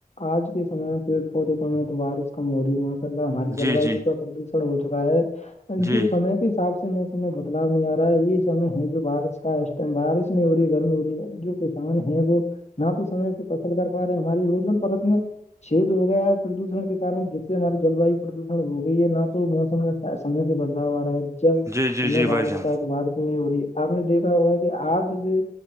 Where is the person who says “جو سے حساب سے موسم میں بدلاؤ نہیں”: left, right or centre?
Left